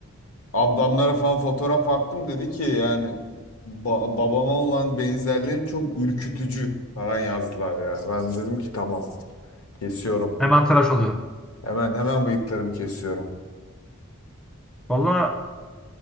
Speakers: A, on the left; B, in the centre.
A: ablamlara falan fotoğraf attım dedi ki yani ba- babama olan benzerliğin çok ürkütücü falan yazdılar yani. Ben dedim ki tamam kesiyorum.
B: Hemen tıraş oluyor.
A: Hemen hemen bıyıklarımı kesiyorum.
B: Valla